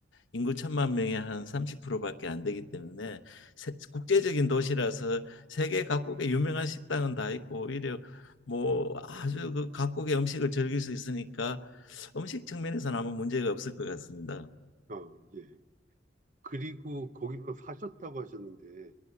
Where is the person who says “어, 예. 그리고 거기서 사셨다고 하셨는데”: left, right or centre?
Right